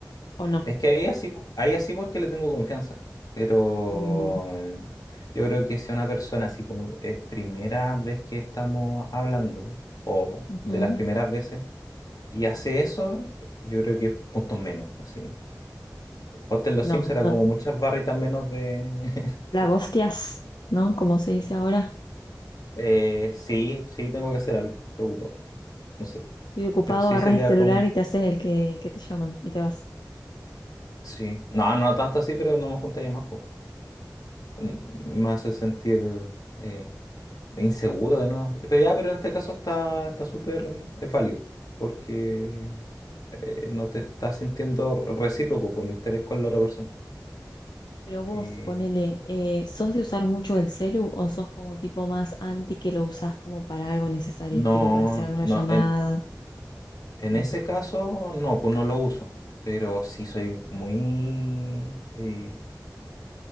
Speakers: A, on the left; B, on the left.
A: o no?
B: es que ahí así, ahí así porque le tengo confianza. Pero
A: Mm,
B: mm, yo creo que si una persona así como es primera vez que estamos hablando, o
A: ujú.
B: de las primeras veces. y hace eso, yo creo que es puntos menos, así. Jugaste en los
A: No,
B: Sims era
A: no.
B: como muchas barritas menos de... <laughs>
A: La gostias, ¿no? Como se dice ahora.
B: Eh, sí, sí, tengo que hacer algo, estoy ocupado, no sé,
A: Estoy ocupado,
B: pero sí
A: agarras
B: sería
A: el celular
B: con...
A: y te haces el que, el que te llaman y te vas.
B: Sí, no, no tanto así, pero no me juntaría más, pues. Me hace sentir eh, inseguro de nuevo. Pero ya, pero en este caso está está súper, es válido, porque eh, no te estás sintiendo recíproco por el interés con la otra persona.
A: Pero vos,
B: Eh,
A: ponele, eh, ¿sos de usar mucho el celu o sos como tipo más anti que lo usás como para algo necesario,
B: no,
A: tipo para hacer alguna
B: no,
A: llamada?
B: en, En
A: No.
B: ese caso, no, pues no lo uso, pero sí soy muy... eh,